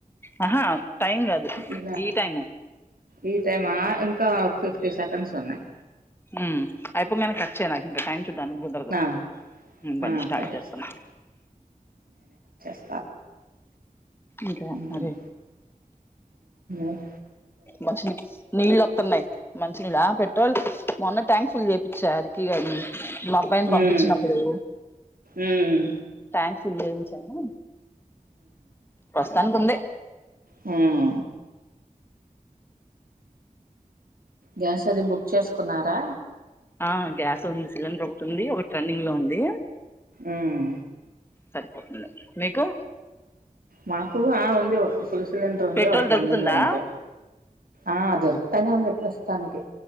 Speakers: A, on the left (about 15°); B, on the right (about 85°).
A: ఆహా టైం కాదు
B: ఇగ
A: ఈ టైము
B: ఈ టైమా ఇంకా ఫిఫ్టీ సెకండ్స్ ఉన్నాయ్
A: మ్మ్ అయిపోంగానే కట్ చేయి నాకింకా టైం చూడ్డానికి కుదరదు
B: ఆ
A: బండి
B: ఆ
A: స్టార్ట్
B: సరే
A: చేతున్న
B: సరే వకే
A: ఇంకా
B: మ్మ్
A: మరి
B: <unintelligible>
A: మంచిని నీళ్ళుొత్తున్నాయ్ మంచినీళ్ళు ఆ పెట్రోల్ మొన్న ట్యాంక్ ఫుల్ చేప్పిచ్చ అరికిగాని మా అబ్బాయిని పంపించినప్పుడు
B: ఉమ్ ఉమ్
A: ట్యాంక్ ఫుల్ చేయించాను ప్రస్తుతానికి ఉంది
B: హ్మ్మ్ గ్యాస్ అది బుక్ చేసుకున్నారా
A: ఆ గ్యాస్ ఉంది సిలిండర్ ఒకటి ఉంది ఒక ట్రన్నింగ్లో ఉంది
B: ఉమ్
A: సరిపోతుంది మీకు
B: మాకు ఆ ఉంది ఒకటి ఫుల్ సిలిండర్ ఉంది
A: పెట్రోల్
B: వాటి రన్నింగ్
A: దొరుకుతుందా
B: గా ఉంటాయ్ ఆ దొరుకుతానే ఉంది ప్రస్తుతానికి